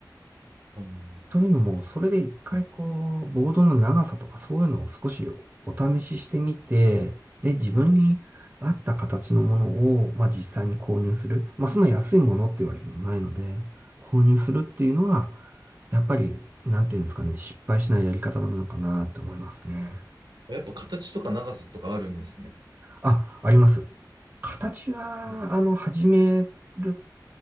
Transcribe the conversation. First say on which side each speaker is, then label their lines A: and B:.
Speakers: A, on the right; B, on the right.
A: うん
B: というのも、それで一回こう、
A: ね
B: ボードの長さとかそういうのを少しお試ししてみて、で、自分に合った形のものを、
A: あー
B: まあ実際に購入する。まあそんな安いものっていうわけでもないので、購入するっていうのは、やっぱり、なんていうんですかね、失敗しないやり方なのかなって思いますね。
A: やっぱ形とか長さとかあるんですね。
B: あ、あります。形は、
A: あ、うん、
B: あの、始める